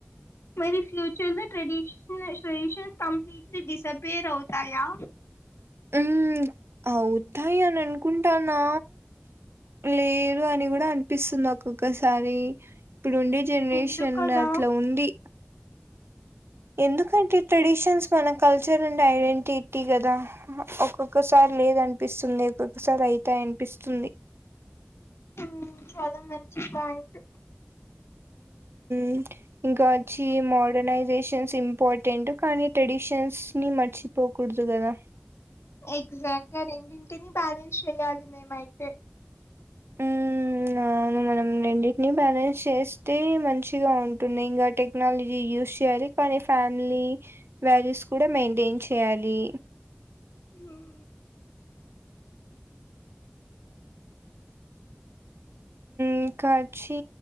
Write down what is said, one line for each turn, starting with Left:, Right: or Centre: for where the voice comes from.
Left: మరి ఫ్యూచర్ లో ట్రెడిషన్ ట్రెడిషన్స్ కంప్లీట్లీ డిసప్పియర్ అవుతాయా
Right: మ్ అవుతాయి అని అనుకుంటాన్నా లేదు అని కూడా అనిపిస్తుంది ఒక్కొక్కసారి ప్పుడుండే జనరేషన్
Left: ఎందుకలా
Right: అట్లా ఉంది ఎందుకంటే ట్రెడిషన్స్
Left: ఎన్-
Right: మనక్ కల్చర్ అండ్ ఐడెంటిటీ కదా ఒక్కొక్కసారి లేదనిపిస్తుంది ఒక్కొక్కసారి అయ్తాయ్ న్పిస్తుంది
Left: మ్ చాలా మంచి పాయింట్
Right: <unintelligible> ఇంకాచ్చి మోడర్నైజేషన్స్ ఇంపార్టెంట్ కానీ ట్రెడిషన్స్ ని మర్చిపోకూడదు దనా
Left: ఎగ్జాక్ట్ గా రెండింటిని బ్యాలెన్స్ చెయాలి మేమయితే
Right: మ్ అవును మనం రెండింటిని బ్యాలెన్స్ చేస్తే మంచి ర్తీగా ఉంటున్నాయ్ ఇంగా టెక్నాలజీ యూస్ చేయాలి కానీ ఫ్యామిలీ వాల్యూస్ కూడా మెయింటైన్ చేయాలి
Left: మ్మ్. అహ
Right: ఇంకాచ్చి